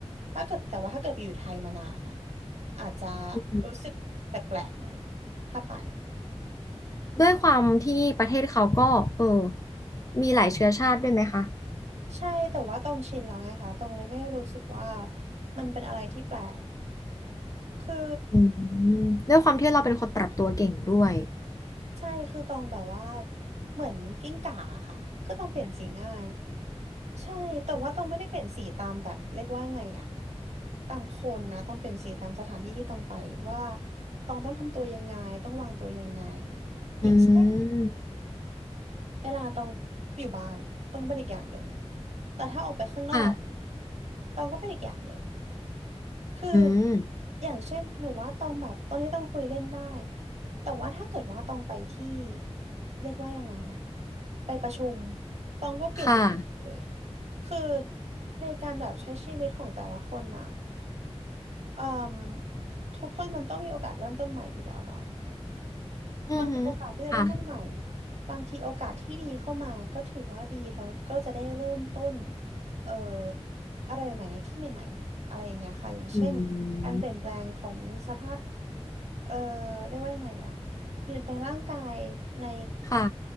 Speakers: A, on the right; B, on the left.
A: ถ้าเกิดแต่ว่าถ้าเกิดไปอยู่ไทยมานานอะอาจจะ
B: อืม
A: รู้สึกแปลกๆหน่อยถ้าไป
B: ด้วยความที่ประเทศเขาก็เออมีหลายเชื้อชาติด้วยไหมคะ
A: ใช่แต่ว่าตองชินแล้วไงคะตองเลยไม่รู้สึกว่ามันเป็นอะไรที่แปลกคือ
B: อืมด้วยความที่เราเป็นคนปรับตัวเก่งด้วย
A: ใช่คือตองแบบว่าเหมือนกิ้งก่าค่ะคือตองเปลี่ยนสีง่ายใช่แต่ว่าตองไม่ได้เปลี่ยนสีตามแบบเรียกว่าไงอะตามคนนะต้องเปลี่ยนสีตามสถานที่ที่ตองไปว่าตองต้องทำตัวยังไงต้องวางตัวยังไง
B: อื
A: อย่างเช่น
B: ม
A: เวลาตองอยู่บ้านตองก็เป็นอีกอย่างหนึ่งแต่ถ้าออกไปข้างนอก
B: ค่ะ
A: ตองก็เป็นอีกอย่างหนึ่ง คือ
B: อืม
A: อย่างเช่นหรือว่าต้องแบบตอนนี้ต้องคุยเล่นได้แต่ว่าถ้าเกิดว่าต้องไปที่เรียกว่ายังไงอะไปประชุมต้องก็เปลี่ยนไปเลย
B: ค่ะ
A: คือในการแบบใช้ชีวิตของแต่ละคนอะเอ่มทุกคนมันต้องมีโอกาสเริ่มต้นใหม่อยู่แล้วเนาะ
B: อือหือค่ะ
A: มันเป็นโอกาสที่จะเริ่มต้นใหม่ บางทีโอกาสที่ดีเข้ามาก็ถือว่าดีเราก็จะได้เริ่มต้นเอ่ออะไรใหม่ๆในที่ใหม่ๆอะไรอย่างเงี้ยค่ะอย่างเช่นการเปลี่ยนแปลงของสภาพ
B: อืม
A: เอ่อเรียกว่ายังไงอะเปลี่ยนแปลงร่างกายใน
B: ค่ะ